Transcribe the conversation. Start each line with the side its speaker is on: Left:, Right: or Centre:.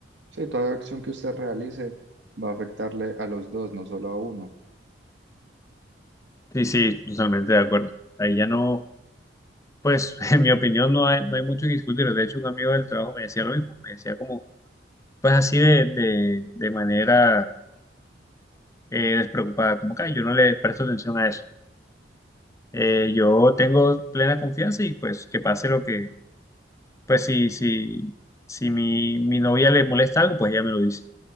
Right: sí, toda acción que usted realice va a afectarle a los dos, no solo a uno.
Left: Sí, sí, totalmente de acuerdo. Ahí ya no, pues, <laughs> en mi opinión no hay, no hay mucho que discutir. De hecho, un amigo del trabajo me decía lo mismo, me decía como, pues así de, de, de manera eh, despreocupada, como que "Ay, yo no le presto atención a eso. Eh, yo tengo plena confianza y pues que pase lo que Pues si, si, si mi, mi novia le molesta algo, pues ella me lo dice.